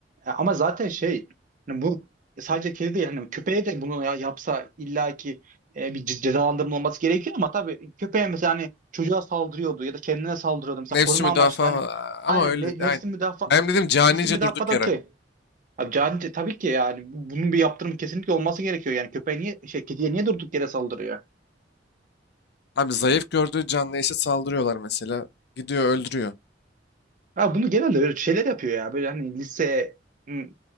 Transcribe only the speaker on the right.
E, ama zaten şey yani bu sadece kedi değil yani köpeğe de bunu ya- yapsa illaki e, bir ce- cezalandırma olması gerekiyor ama tabii köpeğe mesela hani çocuğa saldırıyordu ya da kendine saldırıyordu mesela
koruma
amaçlı hani
aynen
ne,
nefsi
müdafaa
nefsi müdafaa
da
okey. Abi can, tabii ki yani bu- bunun bir yaptırım kesinlikle olması gerekiyor. Yani köpeğe niye şey kediye niye durduk yere saldırıyor?
Ya bunu genelde böyle şeyler yapıyor ya. Böyle hani lise m-